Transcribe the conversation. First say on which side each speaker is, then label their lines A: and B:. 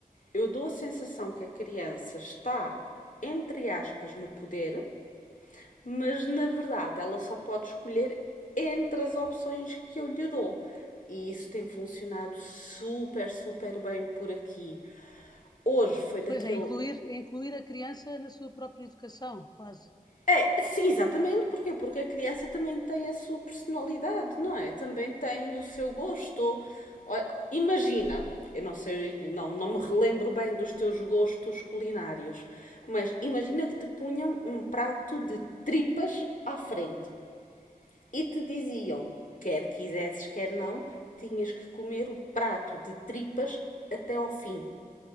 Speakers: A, on the left (about 60°); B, on the left (about 25°).
A: Eu dou a sensação que a criança está, entre aspas, no poder mas na verdade ela só pode escolher entre as opções que eu lhe dou. E isso tem funcionado super, super bem por aqui. Hoje foi daquele.
B: Pois é, incluir, é incluir a criança na sua própria educação, quase.
A: É, sim, exatamente, porquê? Porque a criança também tem a sua personalidade, não é? Também tem o seu gosto. Imagina, eu não sei, não, não me relembro bem dos teus gostos culinários, mas imagina que te punham um prato de tripas à frente. e te diziam, quer quisesses, quer não, tinhas que comer o prato de tripas até ao fim,